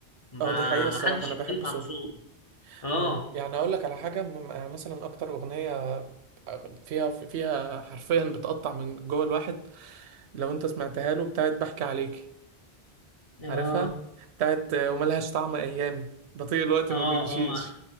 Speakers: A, on the left; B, on the right.
A: ما
B: اه دي حقيقة الصراحة
A: حدش
B: انا
A: يختلف
B: بحب صوته
A: على صوته اه
B: اه يعني اقول لك على حاجة م- مثلا اكتر اغنية فيها فيها حرفيا بتقطع من جوه الواحد لو انت سمعتها له بتاعت بحكي عليكي
A: اه
B: عارفها بتاعت آه، وملهاش طعم ايامي بطيء الوقت
A: اه
B: ما بيمشيش
A: اه